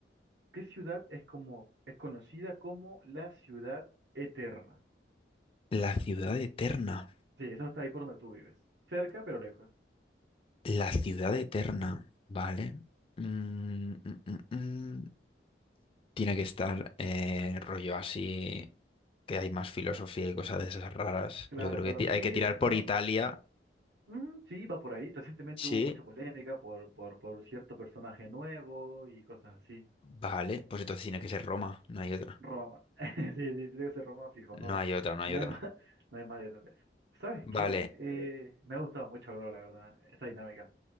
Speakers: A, on the right; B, on the left.
A: ¿qué ciudad es como, es conocida como la ciudad eterna?
B: La ciudad eterna.
A: Sí, eso está ahí por donde tú vives, cerca pero lejos.
B: La ciudad eterna, ¿vale? Mm, mm, mm, mm. Tiene que estar eh, rollo así. que hay más filosofía y cosas de esas raras.
A: Claro,
B: Yo creo
A: claro,
B: que ti-
A: y
B: hay que tirar
A: r-
B: por
A: claro,
B: Italia.
A: Mm, sí, va por ahí. Recientemente
B: Sí,
A: hubo mucha polémica por, por, por cierto personaje nuevo y cosas así.
B: vale, pues entonces tiene que ser Roma, no hay otra.
A: Roma. <laughs> Sí, sí, tiene que ser Roma fijo,
B: No
A: no,
B: hay otra, no
A: no
B: hay otra.
A: hay más, <laughs> no hay más detalles ¿Sabes qué?
B: Vale,
A: Eh, me ha gustado mucho, Álvaro, la verdad, esta dinámica.